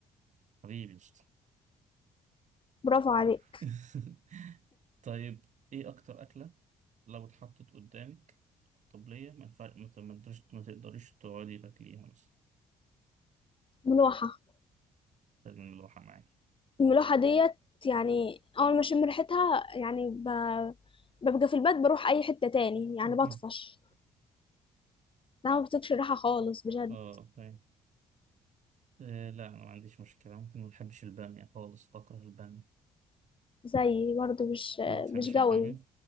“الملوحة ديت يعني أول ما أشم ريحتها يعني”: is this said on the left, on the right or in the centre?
Left